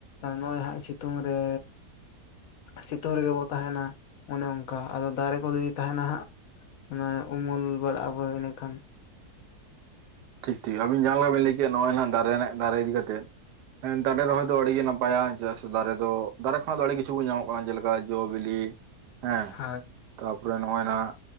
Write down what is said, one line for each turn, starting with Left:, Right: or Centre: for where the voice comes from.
Left: ᱱᱚᱜ-ᱚᱭ ᱦᱟᱜ ᱥᱤᱛᱩᱝ ᱨᱮ ᱥᱤᱛᱩᱝ ᱨᱮᱜᱮ ᱵᱚ ᱛᱟᱦᱮᱱᱟ ᱚᱱᱮ ᱚᱱᱠᱟ ᱟᱫᱚ ᱫᱟᱨᱮ ᱠᱚ ᱡᱩᱫᱤ ᱛᱟᱦᱮᱱᱟ ᱦᱟᱸᱜ ᱚᱱᱟ ᱩᱢᱩᱞ ᱵᱟᱲᱟᱜ ᱟᱵᱚ ᱮᱸᱰᱮᱠᱷᱟᱱ
Right: ᱴᱷᱤᱠ ᱴᱷᱤᱠ ᱟᱵᱤᱱ ᱡᱟᱦᱟᱸᱞ ᱞᱮᱠᱟ ᱵᱤᱱ ᱞᱟᱹᱭᱮ ᱱᱚᱜ-ᱚᱭ ᱦᱟᱜ ᱫᱟᱨᱮ ᱨᱮᱱᱟᱜ ᱫᱟᱨᱮ ᱤᱫᱤᱛᱮᱫ ᱦᱮᱸ ᱫᱟᱨᱮ ᱨᱚᱦᱚᱭ ᱫᱚ ᱟᱹᱰᱤᱜ ᱜᱮ ᱱᱟᱯᱟᱭᱟ ᱪᱮᱫᱟᱜ ᱥᱮ ᱫᱟᱨᱮ ᱫᱚ ᱫᱟᱨᱮ ᱠᱷᱚᱱᱟᱜ ᱫᱚ ᱟᱹᱰᱤ ᱠᱤᱪᱷᱩ ᱧᱟᱢᱚᱜ ᱠᱟᱱᱟ ᱡᱮᱞᱮᱠᱟ ᱡᱚ ᱵᱤᱞᱤ ᱦᱮᱸ
Left: ᱦᱳᱭ
Right: ᱛᱟᱯᱚᱨᱮ ᱱᱚᱜ-ᱚᱭ ᱱᱟᱜ